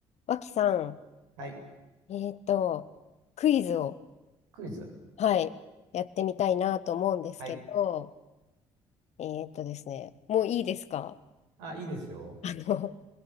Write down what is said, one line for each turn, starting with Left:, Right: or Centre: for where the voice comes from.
Left: 脇さ
Right: はい。
Left: ん、えっと、クイズを、
Right: クイズ。
Left: はい、やってみたいなと思うんですけど、
Right: はい。
Left: えっとですね、もういいですか
Right: あ、いいですよ。
Left: <laughs> あの、